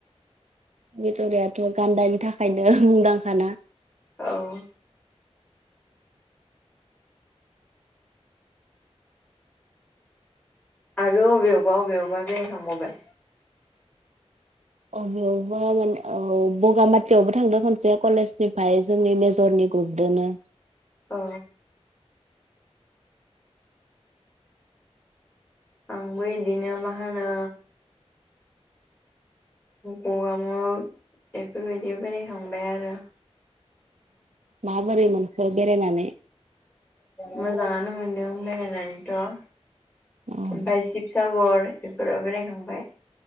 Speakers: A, on the right (about 85°); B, on the left (about 15°).
A: बेदरायाथ' गान्दानि थाखायनो मुंदांखा ना।
B: औ। आरो अबेयावबा अबेयावबा बेेरायखांबावबाय।
A: अबेयावबा माने औ बगामाथियावबो थांदों खनसे कलेजनिफ्राय जोंनि मेजरनि गुरदनो-
B: औ। आंबो बिदिनो मा होनो गगा मुग बेफोरबायदियाव बेरायखांबाय आरो।
A: माबोरै मोनखो बेरायनानै
B: मोजाङानो मोनदों बेरायनानैथ' ओमफाय
A: औ
B: सागर बेफोराव बेरायखांबाय